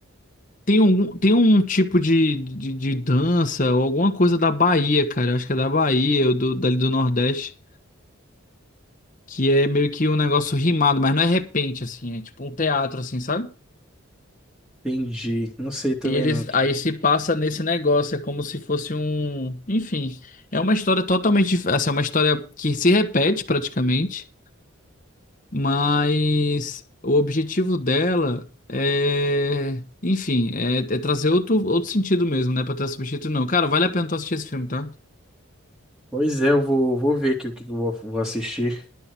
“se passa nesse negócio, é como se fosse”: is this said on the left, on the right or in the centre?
Left